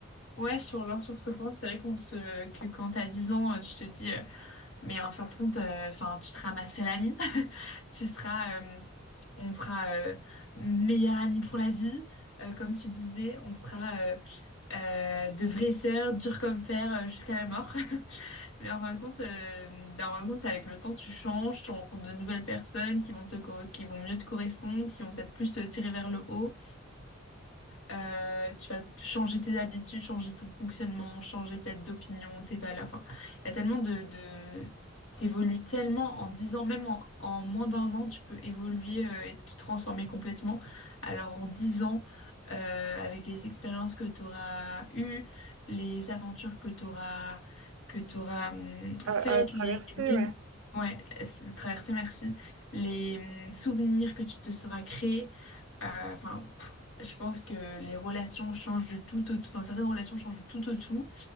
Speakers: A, on the left; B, on the right.
A: Ouais, je te rejoins sur ce point. C'est vrai qu'on se... que quand t'as 10 ans, euh, tu te dis. Mais en fin de compte, euh, enfin, tu seras ma seule amie. <laughs> Tu seras, euh, on sera euh, meilleure amie pour la vie, euh, comme tu disais. On sera euh, euh, de vraies sœurs, dures comme fer, euh, jusqu'à la mort. <laughs> Mais en fin de compte, euh, ben, en fin de compte, c'est avec le temps, tu changes, tu rencontres de nouvelles personnes qui vont te, co- qui vont mieux te correspondre, qui vont peut-être plus te tirer vers le haut. Euh, tu vas changer tes habitudes, changer ton fonctionnement, changer peut-être d'opinion, tes valeurs. Enfin, il y a tellement de, de... T'évolues tellement en 10 ans, même en, en moins d'un an, tu peux évoluer euh, et te transformer complètement. Alors en 10 ans, euh, avec les expériences que tu auras eues, les aventures que tu auras que tu auras hum,
B: À,
A: faites,
B: à traverser,
A: les, les
B: ouais.
A: mém- ouais, euh, traversées, merci, les hum, souvenirs que tu te seras créés. euh, Enfin, je pense que les relations changent du tout au tout. Enfin, certaines relations changent du tout au tout.